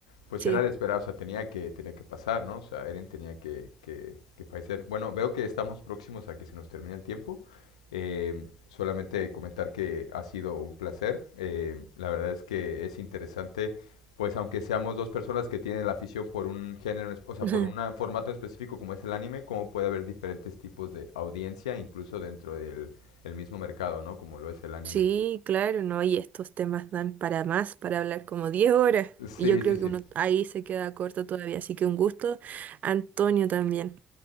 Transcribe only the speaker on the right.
Sí,
<laughs>
sí, claro, no, y estos temas dan para más, para hablar como 10 horas y
yo creo
que uno ahí se queda corto todavía, así que un gusto, Antonio también.